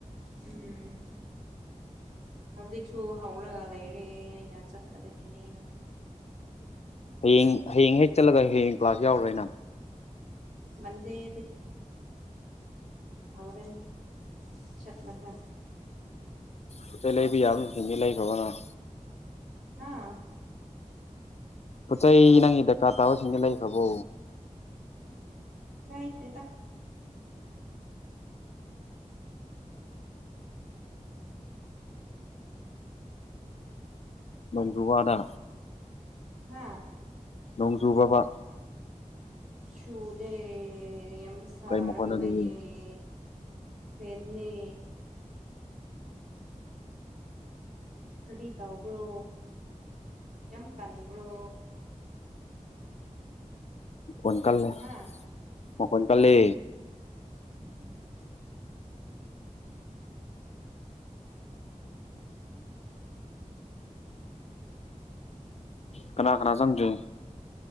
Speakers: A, on the right; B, on the left.
A: ꯎꯝ ꯍꯧꯖꯤꯛꯁꯨ ꯍꯧꯔꯒ ꯂꯩꯔꯦ ꯑꯩꯅ ꯆꯠꯇꯕꯒꯤꯅꯦ
B: ꯍꯌꯦꯡ ꯍꯌꯦꯡ ꯍꯦꯛ ꯆꯠꯂꯒ ꯍꯌꯦꯡ ꯀ꯭ꯂꯥꯁ ꯌꯥꯎꯔꯣꯏꯅ
A: ꯃꯟꯗꯦꯗꯒꯤ ꯍꯧꯔꯥꯅꯤ ꯆꯠꯂꯒ
B: ꯀꯩꯀꯩ ꯂꯩꯕ ꯌꯥꯕ ꯁꯤꯡꯗꯤ ꯂꯩꯈ꯭ꯔꯕ ꯅꯪ
A: ꯍꯥꯥ
B: ꯄꯣꯠ ꯆꯩꯩ ꯅꯪꯒꯤ ꯗꯔꯀꯥꯔ ꯇꯥꯕꯁꯤꯡꯗꯣ ꯂꯩꯈ꯭ꯔꯕꯣ
A: ꯥꯂꯩꯇꯦꯗ
B: ꯅꯣꯡꯖꯨ ꯋꯥꯗ
A: ꯍꯥꯥ
B: ꯅꯣꯡ ꯆꯨꯕ꯭ꯔꯕ
A: ꯁꯨꯗꯦ ꯌꯥꯝ ꯁꯥꯔꯒ
B: ꯀꯩ ꯃꯈꯣꯟ ꯑꯗꯨꯗꯤ
A: ꯂꯩꯌꯦ ꯄꯦꯅꯤ <unintelligible> ꯇꯧꯕ꯭ꯔꯣ ꯌꯥꯝ ꯇꯟꯕ꯭ꯔꯣ
B: ꯃꯈꯣꯟ ꯀꯜꯂꯦ
A: ꯍꯥ
B: ꯃꯈꯣꯟ ꯀꯜꯂꯦ
A: ꯎꯝ
B: ꯀꯅꯥ ꯀꯅꯥ ꯆꯪꯗ꯭ꯔꯤ